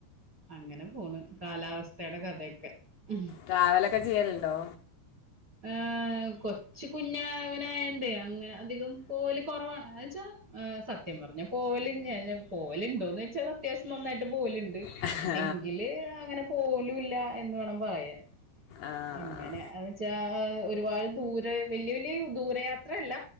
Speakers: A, on the right; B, on the left.
A: അങ്ങനെ പോണ് കാലാവസ്ഥയുടെ കഥയൊക്കെ ഉം
B: ട്രാവലൊക്കെ ചെയ്യലുണ്ടോ?
A: ആഹ് കൊച്ച് കുഞ്ഞാ അങ്ങനായോണ്ടേ അങ്ങനെ അധികം പോവല് കൊറവാണ് അത് വെച്ചാ സ സത്യം പറഞ്ഞാൽ പോവലിനശഞ്ഞാഞെ പോവലുണ്ടോന്ന് ചോയ്ച്ചാ അത്യാവശ്യം നന്നായിട്ട് പോവലുണ്ട്
B: ആഹ്
A: എങ്കില് അങ്ങനെ പോവലൂല്ലാ എന്ന് വേണം പറയാൻ
B: ആഹ് ആഹ്
A: അങ്ങനെ അത് ചാഹ് ഒരുപാട് ദൂരെ വല്ലിയ വല്ലിയ ദൂരയാത്രയല്ല